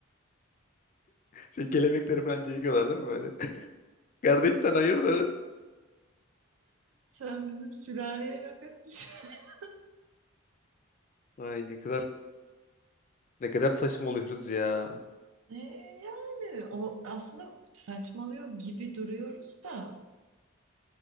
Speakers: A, on the left (about 40°); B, on the right (about 80°).
A: Şey, kelebekleri falan çekiyorlar değil mi böyle? <laughs> Kardeş sen hayırdır?
B: Sen bizim sülaleye laf etmiş. <laughs>
A: Ay ne kadar ne kadar saçmalıyoruz ya.
B: E, yani o aslında saçmalıyor gibi duruyoruz da